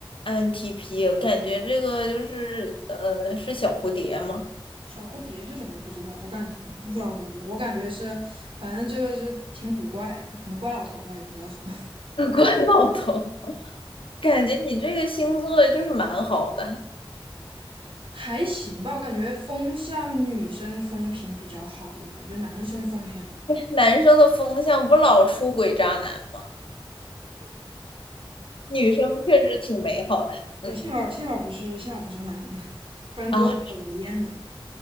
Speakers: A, on the left; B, on the right.
A: INTP，我感觉这个就是呃，是小蝴蝶吗？
B: 小蝴蝶是什么？不知道，我感觉不是小蝴蝶，我感觉是，反正这个是挺古怪，可能怪老头儿吧，也不知道什么，
A: <laughs> 关老头，感觉你这个星座就是蛮好的。
B: <laughs> 还行吧。我感觉风向女生风评比较好，一般就男生风评
A: 男生的风向不老出轨渣男吗，女生确实挺美好的。
B: 也幸好幸好不是幸好不是个男的，
A: 嗯
B: <laughs> 不然多讨人厌呐。
A: 啊，